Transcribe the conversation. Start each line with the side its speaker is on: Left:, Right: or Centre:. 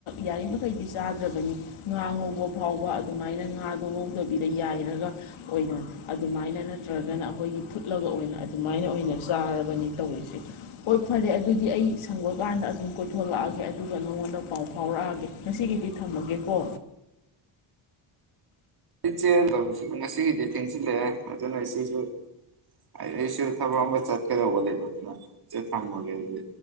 Left: ꯌꯥꯔꯤꯃꯈꯩꯗꯤ ꯆꯥꯗ꯭ꯔꯕꯅꯤ ꯉꯥ ꯉꯧꯕ ꯐꯥꯎꯕ ꯑꯗꯨꯃꯥꯏꯅ ꯉꯥꯗꯣ ꯉꯧꯗꯕꯤꯗ ꯌꯥꯏꯔꯒ ꯑꯣꯏꯅ ꯑꯗꯨꯃꯥꯏꯅ ꯅꯠꯇ꯭ꯔꯒꯅ ꯑꯩꯈꯣꯏꯗꯤ ꯐꯨꯠꯂꯒ ꯑꯣꯏꯅ ꯑꯗꯨꯃꯥꯏꯅ ꯑꯣꯏꯅ ꯆꯥꯔꯕꯅꯤ ꯇꯧꯔꯤꯁꯦ ꯍꯣꯏ ꯐꯔꯦ ꯑꯗꯨꯗꯤ ꯑꯩ ꯁꯪꯕ ꯀꯥꯟꯗ ꯑꯗꯨꯝ ꯀꯣꯏꯊꯣꯛꯂꯛꯑꯒꯦ ꯑꯗꯨꯒ ꯅꯉꯣꯟꯗ ꯄꯥꯎ ꯐꯥꯎꯔꯛꯑꯒꯦ ꯉꯁꯤꯒꯤꯗꯤ ꯊꯝꯃꯒꯦꯀꯣ
Right: ꯏꯆꯦ ꯑꯗꯨꯁꯨ ꯉꯁꯤꯒꯤꯗꯤ ꯊꯦꯡꯖꯤꯜꯂꯛꯑꯦ ꯑꯗꯨꯅ ꯏꯆꯦꯁꯨ ꯑꯩꯁꯨ ꯊꯕꯛ ꯑꯃ ꯆꯠꯀꯗꯧꯕ ꯂꯩꯕ ꯑꯗꯨꯅ ꯏꯆꯦ ꯊꯝꯃꯒꯦ ꯑꯗꯨꯗꯤ